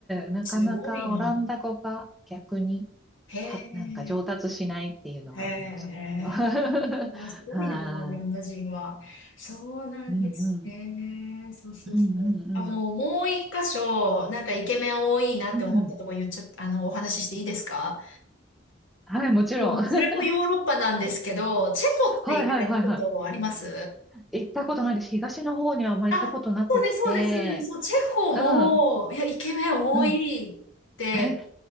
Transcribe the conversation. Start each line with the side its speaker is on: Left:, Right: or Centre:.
Centre: ん、なかなかオランダ語が逆に、
Left: すごいね。へえ。
Centre: は、なんか上達しないっていうのがありましたけど。
Left: へえ。
Centre: <laughs> は
Left: いや、すごいな、オランダ人は。そうなんですね。
Centre: い。うんうん。
Left: そうそうそう。
Centre: うんうんう
Left: あ、もう、もう一箇所、なんかイケメン多いなって思ったとこ言っちゃった、
Centre: ん。うん。
Left: あの、お話ししていいですか
Centre: はい、もちろん。
Left: もうそれもヨーロッパなんですけど、
Centre: <laughs>
Left: チェコって行かれたことあります
Centre: はいはいはいはい。行ったことないです。東の方にはあんま行ったことなくって、
Left: あ、そうです、そうです。そう、チェコも、
Centre: うん、
Left: いや、イケメン多いって、
Centre: うん。え、